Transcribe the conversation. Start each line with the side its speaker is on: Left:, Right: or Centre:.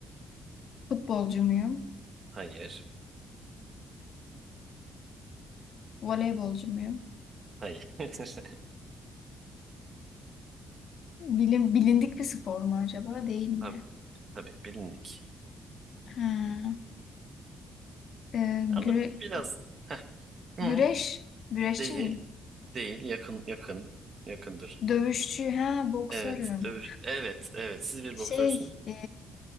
Left: Futbolcu muyum?
Right: Hayır.
Left: Voleybolcu muyum?
Right: Hayır. <laughs>
Left: Bilin, bilindik bir spor mu acaba? Değil mi?
Right: Tabii, tabii bilindik.
Left: Ha, e,
Right: Ama
Left: güre-
Right: biraz heh, hı,
Left: güreş, güreşçi
Right: değil,
Left: miyim?
Right: değil, yakın, yakın, yakındır.
Left: Dövüşçü, ha, boksörüm.
Right: Evet, dövüş. Evet, evet. Siz bir boksörsünüz.
Left: Şey, e,